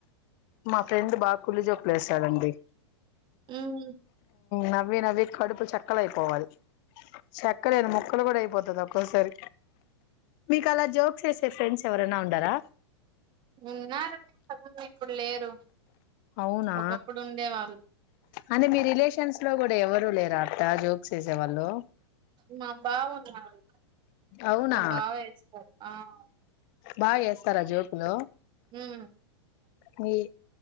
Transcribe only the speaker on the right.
హ్మ్
ఉన్నారండి ఇంతకుముందే ఇప్పుడు లేరు
ఒకప్పుడు ఉండే వాళ్ళు.
మా బావున్నాడు
మా బావ ఎస్తారు ఆహ్.
ఉమ్.